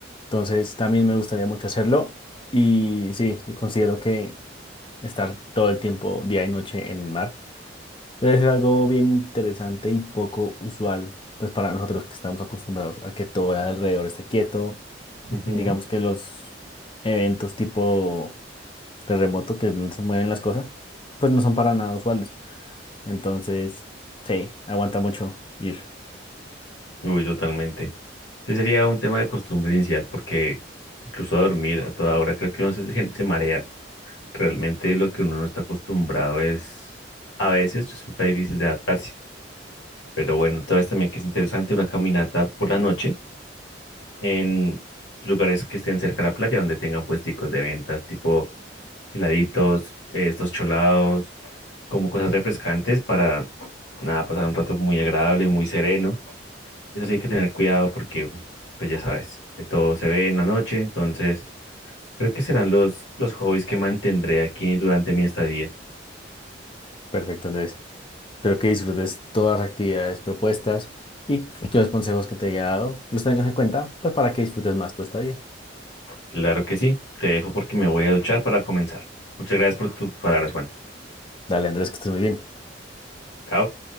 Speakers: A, on the left; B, on the left.
A: Entonces, también me gustaría mucho hacerlo. Y sí, yo considero que estar todo el tiempo, día y noche, en el mar debe ser algo bien interesante y poco usual, pues para nosotros que estamos acostumbrados a que todo alrededor esté quieto.
B: Ujú.
A: Digamos que los eventos tipo terremoto, que es donde se mueven las cosas, pues no son para nada usuales. Entonces, sí, aguanta mucho ir.
B: Uy, totalmente. Sí, sería un tema de costumbre inicial porque incluso dormir a toda hora creo que uno se, gen- se marea. Realmente lo que uno no está acostumbrado es a veces resulta difícil de adaptarse. Pero bueno, tal vez también que es interesante una caminata por la noche en lugares que estén cerca de la playa donde tengan puesticos de ventas tipo heladitos, eh, estos cholados, como cosas refrescantes para, nada, pasar un rato muy agradable, muy sereno. Eso sí hay que tener cuidado porque, pues ya sabes, de todo se ve en la noche, entonces creo que serán los, los hobbies que mantendré aquí durante mi estadía.
A: Perfecto, Andrés. Espero que disfrutes todas las actividades propuestas y que los consejos que te haya dado los tengas en cuenta, pues para que disfrutes más tu estadía.
B: Claro que sí, te dejo porque me voy a duchar para comenzar. Muchas gracias por tus palabras, Juan.
A: Dale, Andrés, que estés muy bien.
B: Chao.